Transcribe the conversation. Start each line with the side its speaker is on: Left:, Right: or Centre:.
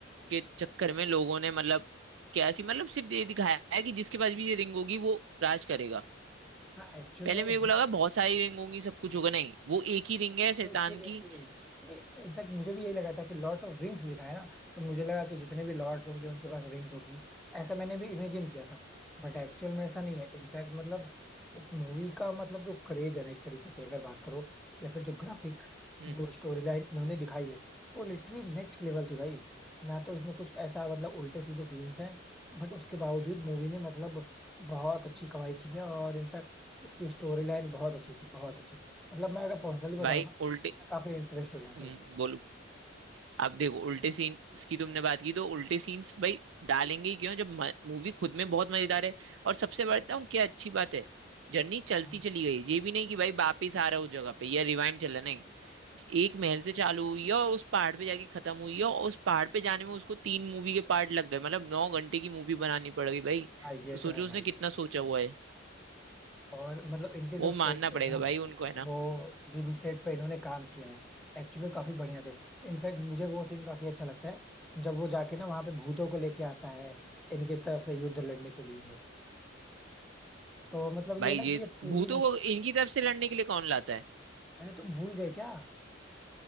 Right: के चक्कर में लोगों ने मतलब क्या ऐसी मतलब सिर्फ ये दिखाया है कि जिसके पास भी ये रिंग होगी वो राज करेगा
Centre: हाँ एक्चुअल
Right: पहले
Centre: में वो
Right: मेरे
Centre: रिंग
Right: को लगा बहुत सारी रिंग होंगी सब कुछ होगा नहीं वो एक ही रिंग है शैतान
Centre: एक ही रिंग
Right: की
Centre: थी नहीं, इनफैक्ट मुझे भी यही लगा था कि लॉर्ड्स ऑफ रिंग्स लिखा है ना तो मुझे लगा कि जितने भी लॉर्ड्स होंगे उनके पास रिंग्स होगी ऐसा मैंने भी इमेजिन किया था बट एक्चुअल में ऐसा नहीं है इनफैक्ट मतलब इस मूवी का मतलब जो क्रेज है ना एक तरीके से अगर बात करो या फिर जो ग्राफिक्स
Right: हम्म
Centre: जो स्टोरी लाइन इन्होंने दिखाई है वो लिटरली नेक्स्ट लेवल थी भाई ना तो इसमें कुछ ऐसा मतलब उल्टे सीधे सीन्स हैं बट उसके बावजूद मूवी ने मतलब बहुत अच्छी कमाई की है और इनफैक्ट इसकी स्टोरी लाइन बहुत अच्छी थी बहुत अच्छी मतलब मैं अगर पर्सनली बताऊं
Right: भाई
Centre: ना
Right: उल्टे
Centre: काफी इम्प्रेस्ड हो गया
Right: हम्म
Centre: था इससे
Right: बोलो आप देखो उल्टे सीन की तुमने बात की तो उल्टे सीन्स भाई डालेंगे ही क्यों जब मूवी खुद में बहुत मजेदार है और सबसे बढ़ता हूँ क्या अच्छी बात है जर्नी
Centre: हाँ
Right: चलती चली गई ये भी नहीं कि भाई वापिस आ रहा हूँ जगह पे या रिवाइंड चल रहा है, नहीं एक महल से चालू हुई है और उस पहाड़ पे जाके खत्म हुई है और उस पहाड़ पे जाने में उसको तीन मूवी के पार्ट लग गए मतलब नौ घंटे की मूवी बनानी पड़ेगी भाई
Centre: हाँ ये
Right: तो सोचो
Centre: तो है
Right: उसने
Centre: भाई
Right: कितना सोचा हुआ है
Centre: और मतलब इनके जो
Right: वो
Centre: सेट्स
Right: मानना
Centre: है
Right: पड़ेगा
Centre: ना
Right: भाई उनको है ना
Centre: वो जिन सेट पे इन्होंने काम किया है एक्चुअली काफी बढ़िया थे इनफैक्ट मुझे वो सीन काफी अच्छा लगता है जब वो जाके ना वहां पे भूतों को लेके आता है इनके तरफ से युद्ध लड़ने के लिए तो मतलब ये
Right: भाई
Centre: ना
Right: ये
Centre: कि ये पूरी
Right: भूतों
Centre: मूवी
Right: को इनकी तरफ से लड़ने के लिए कौन लाता है
Centre: अरे तुम भूल गए क्या